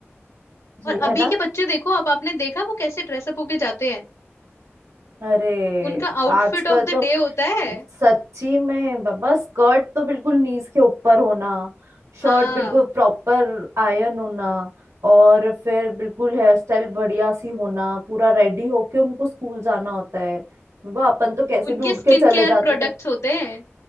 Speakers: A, on the right; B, on the left.
A: जी
B: और
A: है
B: अभी
A: ना
B: के बच्चे देखो अब आपने देखा वो कैसे ड्रेसअप होके जाते हैं
A: अरे
B: उनका आउटफिट
A: आजकल
B: ऑफ द
A: तो
B: डे होता है
A: सच्ची में बाबा स्कर्ट तो बिल्कुल नीज के ऊपर होना
B: हाँ
A: शर्ट बिल्कुल प्रॉपर आयन होना और फिर बिल्कुल हेयर स्टाइल बढ़िया सी होना पूरा रेडी होके उनको स्कूल जाना होता है बाबा अपन तो कैसे
B: उनके
A: भी उठ
B: स्किन
A: के चले
B: केयर
A: जाते
B: प्रोडक्ट्स होते हैं